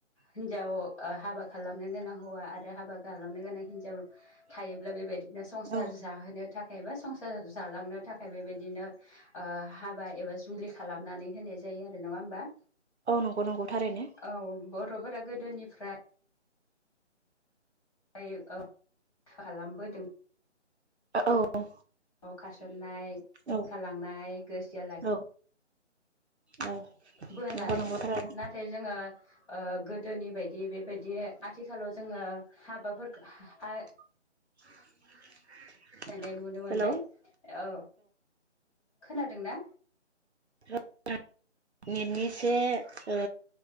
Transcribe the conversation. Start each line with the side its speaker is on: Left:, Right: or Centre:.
Left: हिनजाव ओ हाबा खालामनो गोनां हौवा आरो हाबा खालामनो गोनां हिनजाव थायोब्ला बेबायदिनो संसार
Right: औ
Left: जाहोनो थाखाय बा संसार जालांनो थाखाय बेबायदिनो ओ हाबा एबा जुलि खालामनानै होनाय जायो आरो नङा होमबा
Right: औ नंगौ नंगौ थारैनो
Left: औ बर'फोरा गोदोनिफ्राय ओ खालामबोदों
Right: ओ औ
Left: न'आव खारसननाय
Right: औ
Left: खारलांनाय गोरजिया लाखि
Right: औ औ
Left: बोनाय
Right: नंगौ नंगौ थारैनो
Left: नाथाय जोङो ओ गोदोनि बायदि बेबायदि आथिखालाव जोङो हाबाफोरखो हा
Right: <inaudible>
Left: सोलायनाय नुनो मोनदों
Right: हेलौ
Left: औ खोनादों ना
Right: <unintelligible> नेटननि एसे ओ